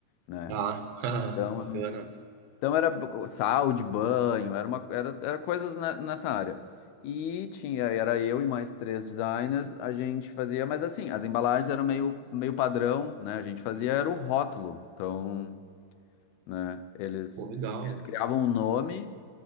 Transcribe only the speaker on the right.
Tá. <laughs>
Bacana.
Pô, legal.